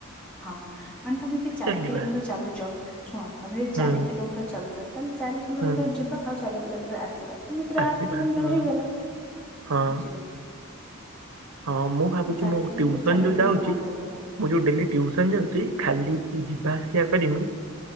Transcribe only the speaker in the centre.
ହଁ ମାନେ ତମେ ଯଦି ଚାରି
କିଲୋମିଟର ଚାଲୁଛ ଶୁଣ ତମେ ଜଦି
ଚାରି କିଲୋମିଟର ଚାଲୁଛ ତାହଲେ ଚାରି କିଲୋମିଟର
ଯିବ ଆଉ ଚାରି କିଲୋମିଟର ଆସିବା ଏମିତିରେ
ଆଠ କିଲୋମିଟର
ହେଇଗଲା
ବୁଝିଲ
ଆଉ ଚାରି
କିଲୋମିଟର
ଚାଲିଲେ
ବି ଜଣା ପଡିବନି